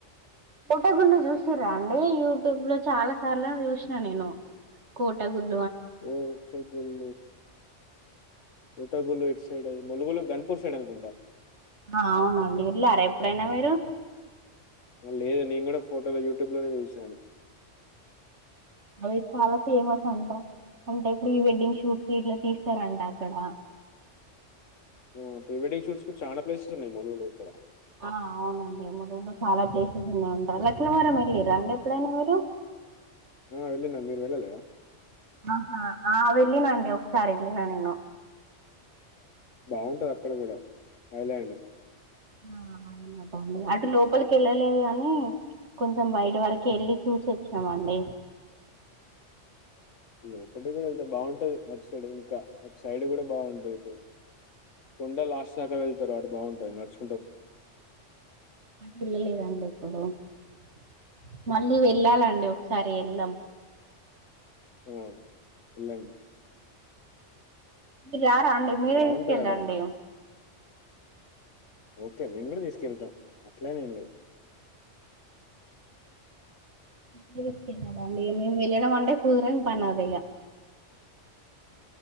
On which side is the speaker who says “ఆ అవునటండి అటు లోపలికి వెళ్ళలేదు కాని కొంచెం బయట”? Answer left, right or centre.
Right